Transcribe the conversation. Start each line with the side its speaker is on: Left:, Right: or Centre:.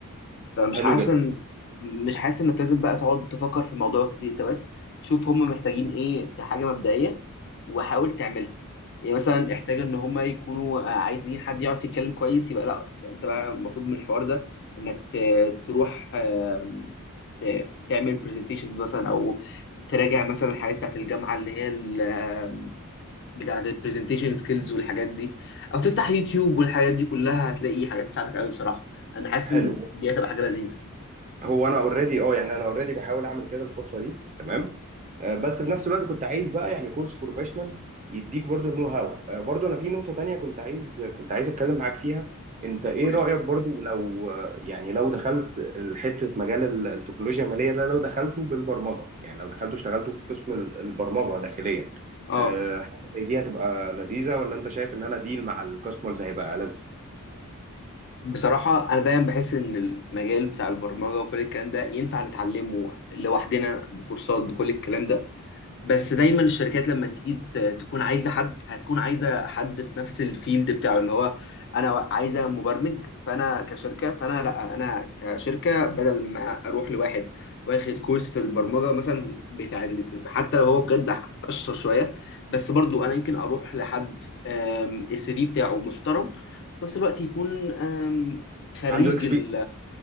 Left: فمش
Right: حلو
Left: حاسس
Right: جدا
Left: إن- مش حاسس انك لازم بقى تقعد تفكر في الموضوع كتير انت بس شوف هم محتاجين ايه كحاجه مبدئيه وحاول تعملها يعني مثلا احتاج ان هم يكونوا آه، عايزين حد يعرف يتكلم كويس يبقى لا يبقى انت بقى المفروض من الحوار ده انك ت- تروح آم، ت- تعمل برزنتيشنز مثلا او تراجع مثلا الحاجات بتاعت الجامعه اللي هي ال- آم، بتاعت البرزنتيشن سكيلز والحاجات دي او تفتح يوتيوب والحاجات دي كلها هتلاقي حاجات تساعدك قوي بصراحه انا حاسس
Right: حلو
Left: ان دي هتبقى حاجه لذيذه
Right: هو انا اوريدي اه يعني انا اوريدي بحاول اعمل كده الفتره دي تمام آه، بس في
Left: مم.
Right: نفس الوقت كنت عايز بقى يعني كورس بروفيشنال يديك برضو النو هاو آه، برضو انا في نقطه تانية كنت عايز كنت عايز اتكلم معاك فيها انت ايه
Left: قولي
Right: رايك برضو لو آه، يعني لو دخلت حته مجال ال- التكنولوجيا الماليه ده لو دخلته بالبرمجه يعني لو دخلته اشتغلته في قسم ال- البرمجه داخليا
Left: اه
Right: آه، حاجه زي دي هتبقى لذيذه ولا انت شايف ان انا ديل مع الكاستمرز هيبقى لذ
Left: بصراحة أنا دايما بحس إن المجال بتاع البرمجة وكل الكلام ده ينفع نتعلمه لوحدنا بكورسات بكل الكلام ده بس دايما الشركات لما تيجي ت- تكون عايزه حد هتكون عايزه حد في نفس الفيلد بتاعه اللي هو انا عايزه مبرمج فانا كشركه فانا لا انا كشركه بدل ما اروح لواحد واخد كورس في البرمجه مثلا بتاع ال- حتى لو هو بجد اشطر شويه بس برضو انا يمكن اروح لحد السي في بتاعه محترم في نفس الوقت يكون آم، خريج
Right: عنده اكسبيرينس
Left: ال